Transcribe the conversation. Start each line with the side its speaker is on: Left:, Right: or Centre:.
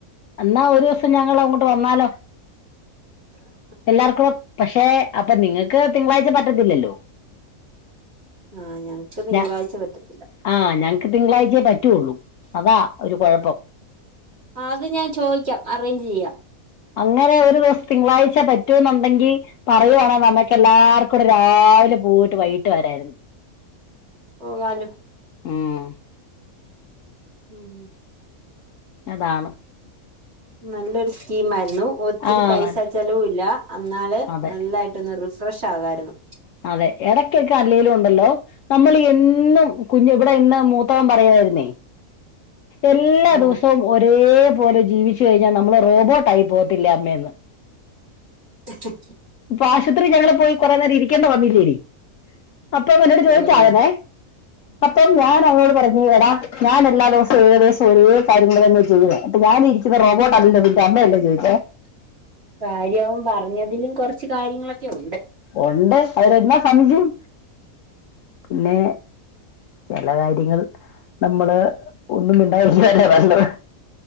Left: എന്നാ ഒരു ദിവസം ഞങ്ങൾ അങ്ങോട്ട് വന്നാലോ
Right: ഉ <unintelligible>
Left: എല്ലാർക്കും പക്ഷെ അപ്പൊ നിങ്ങൾക്ക് തിങ്കളാഴ്ച പറ്റത്തില്ലല്ലോ
Right: ആഹ ഞങ്ങക്ക് തിങ്കളാഴ്ച
Left: ഞ
Right: പെറ്റത്തില്ല
Left: ആ ഞങ്ങക്ക് തിങ്കളാഴ്ചയേ പറ്റുള്ളൂ അതാ ഒരു കുഴപ്പം
Right: അത് ഞാൻ ചോദിക്കാം അറേഞ്ച് ചെയ്യാം
Left: അങ്ങനെ ഒരു ദിവസം തിങ്കളാഴ്ച പറ്റൂ എന്നുണ്ടെങ്കിൽ പറയുവാണെ നമ്മക്ക് എല്ലാർ കൂടിടെ രാവിലെ പോയിട്ട് വൈകിട്ട് വരമായിരുന്നു
Right: പോകാലോ
Left: ഉം
Right: ഉം
Left: അതാണ്
Right: നല്ലൊരു സ്കീം ആയിരുന്നു. ഒത്തിരി
Left: ആ
Right: പൈസ
Left: നല്ല
Right: ചെലവും ഇല്ല എന്നന്നാല്
Left: അതെ
Right: നല്ലായിട്ടൊന്ന് റിഫ്രഷ് ആകമായിരുന്നു
Left: അതെ ഇടയ്ക്കൊക്കെ അല്ലേലും ഉണ്ടല്ലോ നമ്മൾ എന്നും കുഞ്ഞു ഇവിടെ ഇന്ന് മൂത്താകം പറയതായിരുന്നേ എല്ലാ
Right: ഉം
Left: ദിവസവും ഒരേ- ല ജീവിച്ചു കഴിഞ്ഞാൽ നമ്മള് റോബോട്ട് ആായി പോത്തില്ല അമ്മയന്ന്
Right: അ <unintelligible>
Left: ഇപ്പൊ ആശുപത്രി ഞങ്ങള്ൾ പോയി കുറെേ നേം ഇരിക്കേണ്ട വന്നില്ലേടി അപ്പൊ പിന്നോട് ചോദിച്ചാകനെ
Right: ഉം
Left: അപ്പം ഞാൻ അവോട് പറഞ്ഞുേടാ ഞാൻ എല്ലാ ദിവസവും ഏകദേശം ഒരേ കാര്യങ്ങൾന്നെ ചെയ്ട്ട് ഞാനിരിക്കുന്ന റോബോട്ട അല്ലോതിന്റെ അമ്മയല്ലേ ചോദിച്ചത് <inaudible>
Right: കാര്യവും പറഞ്ഞതിലും കുറച്ച് കാര്യങ്ങളൊക്കെ ഉണ്ട്
Left: ഉണ്ട് എന്താ എന്നാ സംശയം പിന്നെ ചില കാര്യങ്ങൾ- നമ്മള് ഒന്നും മിണ്ടാതിരിക്കല്ലേ വേണ്ടത്